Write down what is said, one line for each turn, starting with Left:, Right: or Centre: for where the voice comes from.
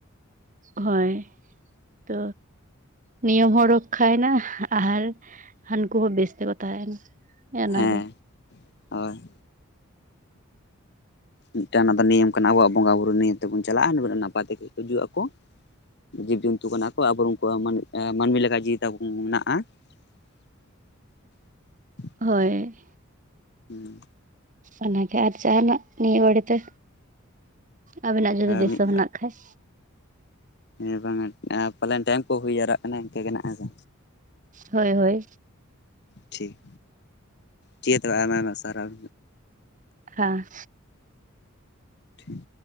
Right: ᱦᱳᱭ ᱛᱚ ᱱᱤᱭᱚᱢ ᱦᱚᱸ ᱨᱚᱠᱠᱷᱟᱭᱮᱱᱟ ᱟᱨ ᱦᱟᱹᱱᱠᱩ ᱦᱚᱸ ᱵᱮᱥ ᱛᱮᱠᱚ ᱛᱟᱦᱮᱸᱭᱮᱱᱟ ᱦᱮ ᱚᱱᱟ
Left: ᱦᱮᱸ
Right: ᱜᱮ
Left: ᱦᱳᱭ ᱢᱤᱫᱴᱟᱝ ᱚᱱᱟ ᱫᱚ ᱱᱤᱭᱚᱢ ᱠᱟᱱᱟ ᱟᱵᱚᱣᱟᱜ ᱵᱚᱸᱜᱟ ᱵᱩᱨᱩ ᱱᱤᱭᱚᱢ ᱛᱮᱵᱚᱱ ᱪᱟᱞᱟᱜᱼᱟ ᱱᱟᱯᱟᱭ ᱛᱮᱜᱮ ᱦᱤᱡᱡᱩᱜ ᱟᱠᱚ ᱡᱤᱵᱽ ᱡᱚᱱᱛᱩ ᱠᱟᱱᱟ ᱠᱚ ᱟᱵᱚ ᱩᱱᱠᱩ ᱢᱟᱱ ᱢᱟᱹᱱᱢᱤ ᱞᱮᱠᱟ ᱡᱤᱣᱤ ᱛᱟᱵᱚᱱ ᱢᱮᱱᱟᱜᱼᱟ <unintelligible>
Right: ᱦᱳᱭ
Left: ᱦᱩᱸ
Right: ᱚᱱᱟᱜᱮ ᱟᱨ ᱡᱟᱦᱟᱱᱟᱜ ᱱᱤᱭᱟᱹ ᱵᱟᱹᱲᱮᱛᱮ ᱟᱵᱤᱱᱟᱜ ᱡᱩᱫᱤ ᱫᱤᱥᱟᱹ
Left: ᱢᱤᱫ
Right: ᱦᱮᱱᱟᱜ ᱠᱷᱟᱡ
Left: ᱦᱮᱸ ᱵᱟᱝᱟ ᱯᱟᱞᱮᱱ ᱴᱮᱭᱤᱢ ᱠᱚ ᱦᱩᱭ ᱡᱟᱣᱨᱟᱜ ᱠᱟᱱᱟ ᱤᱱᱠᱟᱹ ᱜᱮ ᱦᱮᱸᱥᱮ
Right: ᱦᱳᱭ ᱦᱳᱭ
Left: ᱴᱷᱤᱠ ᱴᱷᱤᱠ ᱜᱮᱭᱟ ᱛᱚᱵᱮ ᱟᱭᱢᱟ ᱟᱭᱢᱟ ᱥᱟᱨᱦᱟᱣ
Right: ᱦᱟᱸ
Left: ᱴᱷᱤᱠ